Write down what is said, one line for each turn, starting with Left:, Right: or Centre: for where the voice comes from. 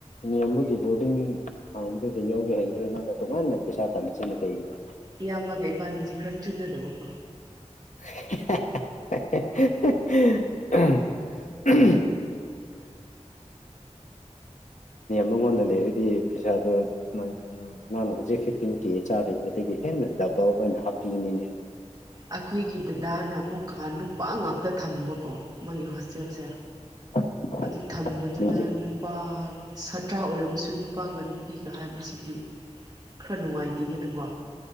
Left: ꯅꯤꯌꯥꯝꯕꯒꯤ ꯕꯣꯔꯗꯤꯡ ꯍꯥꯡꯕꯗꯨꯗ ꯌꯥꯎꯒꯦ ꯍꯥꯏꯗ꯭ꯔꯒ ꯅꯪꯅ ꯇꯣꯉꯥꯟꯅ ꯄꯩꯁꯥ ꯇꯥꯜꯂꯤꯁꯤꯅ ꯀꯩꯒꯤꯅꯣ꯫
Right: ꯏꯌꯥꯝꯕꯒ ꯏꯕꯥꯅꯤꯁꯤ ꯈꯔ ꯆꯨꯅꯗꯕꯀꯣ꯫
Left: <unintelligible> ꯃꯉꯣꯟꯗ ꯂꯩꯔꯗꯤ ꯄꯩꯁꯥꯗꫭ ꯅꯪꯅ ꯍꯧꯖꯤꯛ꯫ ꯐꯤꯐꯇꯤꯟ ꯀꯦ ꯆꯥꯔꯤꯕꯗꯒꯤ ꯍꯦꯟꯅ ꯗꯕꯜ ꯑꯣꯏꯅ ꯍꯥꯞꯄꯤꯒꯅꯤꯅꯦ꯫
Right: ꯑꯩꯈꯣꯏꯒꯤ ꯗꯗꯥꯅ ꯑꯃꯨꯛꯀ ꯅꯨꯄꯥ ꯉꯥꯛꯇ ꯊꯝꯕꯀꯣ ꯃꯥꯒꯤ ꯍꯣꯁꯇꯦꯜꯁꯦ
Left: <inaudible>
Right: ꯑꯗꯨ ꯊꯝꯕꯗꯨꯗ
Left: ꯃꯤꯗꯤ
Right: ꯅꯨꯄꯥ ꯁꯥꯇ꯭ꯔ ꯑꯣꯏꯔꯕꯁꯨ ꯅꯨꯄꯥꯒ ꯅꯨꯄꯤꯒ ꯍꯥꯏꯕꯁꯤꯗꯤ ꯈꯔ ꯅꯨꯡꯉꯥꯏꯇꯦꯗꯅꯀꯣ